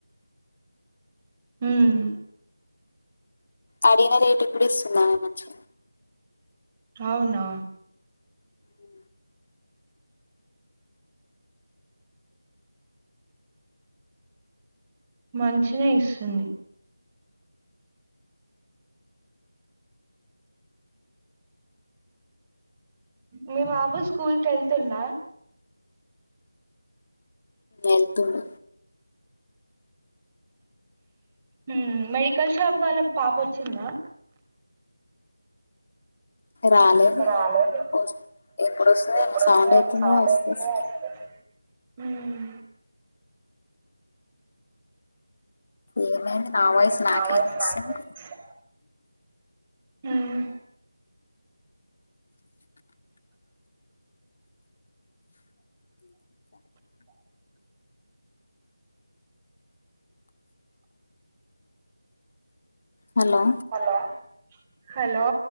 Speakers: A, on the right; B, on the left.
A: ఉమ్
B: అడిగిన రేటు కూడా ఇస్తుందమే మంచిగా
A: అవునా
B: ఉ
A: మంచినే ఇస్తుంది మీ బాబు స్కూల్ కెళ్తుండా
B: వెళ్తుండు
A: ఉమ్ మెడికల్ షాప్ వాళ్ళక్ పాపచ్చింద
B: రాలేదు
A: రాలేదు
B: వస్ ఎప్పుడు వస్తుంది
A: ఎప్పుడు
B: సౌండ్
A: వస్తదో
B: అయితుంది
A: ఏమో సౌండ్
B: వస్తుంది
A: అయితనే వస్త ఉమ్
B: ఏమైంది నా వాయిసు నాకే
A: నా వాయిస్
B: ఇనిపిస్తుంది
A: నాకే వినిపిస్తుంది ఉమ్
B: హలో
A: హలో హలో